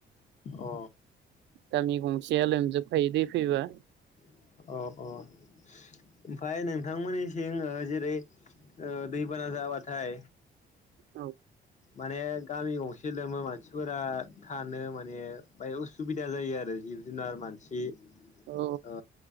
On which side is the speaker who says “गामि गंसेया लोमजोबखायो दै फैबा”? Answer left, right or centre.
Right